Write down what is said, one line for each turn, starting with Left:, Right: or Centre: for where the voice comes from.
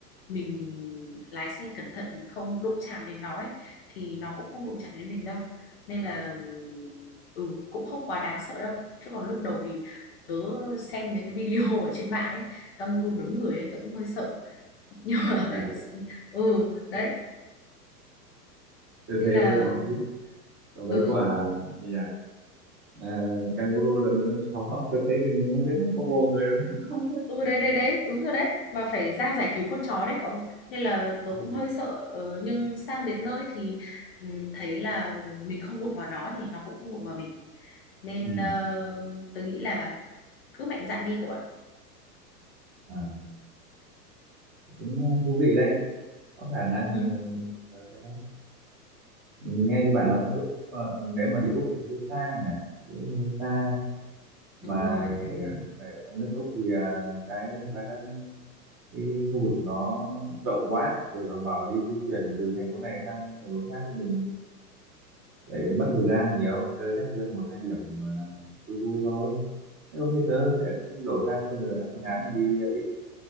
Left: mình lái xe cẩn thận mình không đụng chạm đến nó ấy, thì nó cũng không đụng chạm đến mình đâu nên là ừ cũng không quá đáng sợ đâu chứ còn lúc đầu thì tớ xem mấy cái video ở trên mạng ấy kangaroo đấm người ấy, tớ cũng hơi sợ nhưng mà
Right: Ờ,
Left: <laughs> ừ đấy
Right: tôi
Left: nên
Right: thấy
Left: là
Right: có Còn mấy
Left: ừ
Right: quả như nhà à, kangaroo là mấy con chó <laughs> tôi thấy thì không biết nó có vô người nó không
Left: ừ đấy đấy đấy đúng rồi đấy mà phải ra giải cứu con chó đấy cậu nên là tớ
Right: Ừ.
Left: cũng hơi sợ ờ, nhưng sang đến nơi thì ừm, thấy là mình không đụng vào nó thì nó cũng không đụng vào mình nên
Right: Ừ.
Left: ờ, tớ nghĩ là cứ mạnh dạn đi cậu ạ
Right: à, cũng thú vị đấy có khả năng
Left: ừ,
Right: tớ sẽ nghe như bạn nói là Úc ờ, nếu mà đi Úc thì hơi xa nhỉ đi Úc hơi xa mà
Left: đúng rồi
Right: cái- cái ở nước Úc thì à, cái thật ra các cái khu vực nó rộng quá để mà bảo là đi di chuyển từ thành phố này sang thành phố khác thì mình lại mất thời gian nhiều chơi chắc chơi một hai điểm à, vui vui thôi Thế Ok, tớ sẽ đổ sang phương, phương án là đi ờ,